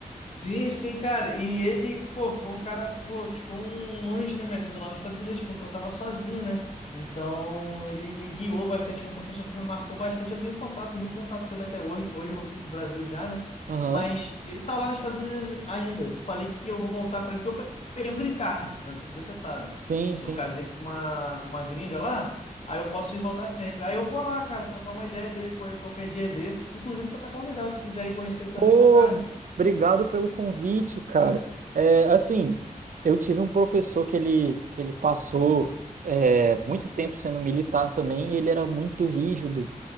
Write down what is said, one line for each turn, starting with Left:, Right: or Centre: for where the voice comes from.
Left: Sim, sim, cara. E ele, pô, foi um cara, pô, tipo, um anjo na minha vida lá nos Estados Unidos, porque eu tava sozinho, né? Então, ele me guiou bastante, foi um professor que me marcou bastante. Eu tenho contato, muito contato com ele até hoje. Hoje eu voltei pro Brasil já, né?
Right: Aham.
Left: Mas ele tá lá nos Estados Unidos ainda. Eu falei que eu vou voltar para ele, porque eu peguei um green card. Eu não sei se você sabe.
Right: Sim, sim.
Left: Eu casei com uma, com uma gringa lá, aí eu posso ir voltar sempre. Aí eu vou lá, cara, trocar uma ideia dele com ele qualquer dia desses. Inclusive, você tá convidado, se quiser ir conhecer também,
Right: Pô,
Left: que é um cara.
Right: obrigado pelo convite, cara. É, assim, eu tive um professor que ele, que ele passou é, muito tempo sendo militar também, e ele era muito rígido